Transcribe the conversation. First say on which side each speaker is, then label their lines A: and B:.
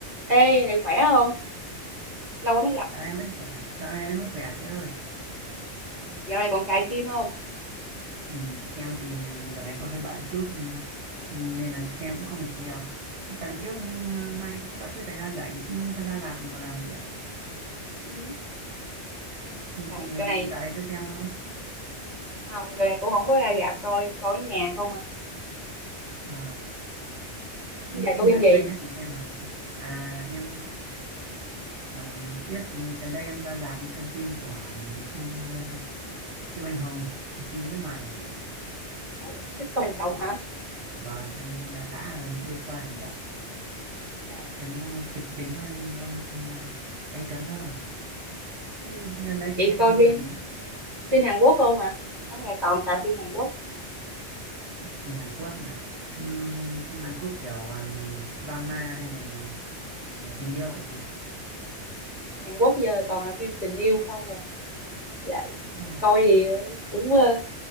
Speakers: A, on the right; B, on the right.
A: Ê, này khỏe không? Lâu quá mới gặp.
B: Dạ, em vẫn khỏe, dạ, em vẫn khỏe à chị ơi.
A: Trời, dạo này còn cài phim không?
B: Ừ, em thì dạo này có hơi bận chút nên nên là xem cũng không được nhiều. Thế Tuần trước ừ, may cũng có chút thời gian rảnh cũng có ra làm một lần chị ạ.
A: Ừ.
B: Thì
A: Trời,
B: chị dạo
A: dạo này
B: này có xem không?
A: không, dạo này cũng không có ra rạp coi coi ở nhà không à.
B: Ờ,
A: Giờ
B: những phim
A: coi phim
B: gần
A: gì?
B: đây nhất chị xem là à em ờ, trước ừ, gần đây em ra rạp xem phim của ừ, phim ờ, siêu anh hùng phim nước ngoài chị ạ.
A: Trời, thích coi hành động hả?
B: Vâng, em khá là ưa coi hành động,
A: Trời.
B: em kịch tính hơn, hơn ờ, gay cấn hơn.
A: Ừ.
B: Thế gần đây
A: Chị
B: chị xem
A: coi
B: phim
A: phim
B: gì ấy?
A: phim Hàn Quốc không à? Không ngày toàn cài phim Hàn Quốc.
B: Phim Hàn Quốc à? Ừm, phim Hàn Quốc kiểu um, drama hay là về tình yêu vậy chị?
A: Hàn Quốc giờ toàn là phim tình yêu không à. Vậy
B: Ồ,
A: coi thì ờ, cũng ờ,